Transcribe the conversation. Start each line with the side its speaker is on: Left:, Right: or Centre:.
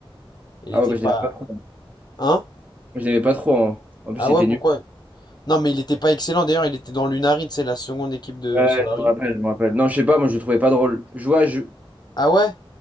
Left: il
Right: Ah
Left: était
Right: ouais, moi
Left: pas,
Right: je l'aimais pas trop. hein. Moi,
Left: hein?
Right: je l'aimais pas trop. hein. En plus,
Left: Ah
Right: il
Left: ouais
Right: était
Left: pourquoi?
Right: nul.
Left: Non mais il était pas excellent. D'ailleurs il était dans l'Unari, c'est la seconde équipe de
Right: Ouais,
Left: Solari.
Right: je me rappelle, je me rappelle. Non, je sais pas, moi je le trouvais pas drôle. Je vois, je,
Left: Ah ouais?